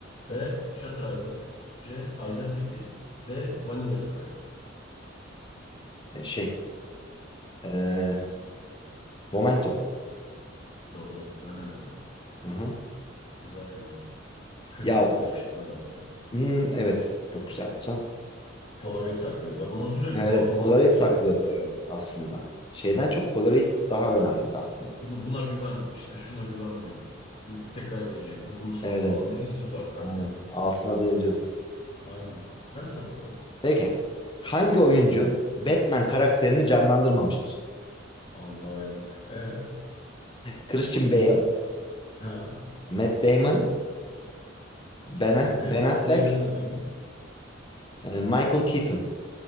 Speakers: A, on the left (about 40°); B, on the left (about 25°).
A: B. Shutter Island C. Identity D. Vanilla Sky
B: E, şey. E, Momento.
A: Doğru. Memento.
B: Hı hı.
A: Güzel filmdi. Kırmızılı
B: Ya
A: bir afiş vardı hatta.
B: hmm, evet. Çok güzeldi can.
A: Polaroid saklıyordu. Bak onu hatırlıyorum
B: Evet,
A: mesela.
B: evet.
A: O film
B: Polaroid
A: daha çok
B: saklıyordu
A: etkilemişti
B: evet
A: beni.
B: aslında. Şeyden çok Polaroid daha önemliydi aslında burada.
A: Buna, buna güven, işte şuna güvenme. Bu tekrar gelecek. Bu bunu sordu
B: Evet
A: falan
B: evet.
A: diye yazıyordu ar-
B: Aynen.
A: arkalarına.
B: Altına da yazıyordu.
A: Aynen. Sen sor bakalım.
B: Peki. Hangi oyuncu Batman karakterini canlandırmamıştır?
A: Allah yandık. E,
B: Christian Bale,
A: ha.
B: Matt Damon, Ben, Aff-
A: Matt Damon
B: Ben Affleck,
A: da diğerlerini de duyayım.
B: e, Michael Keaton.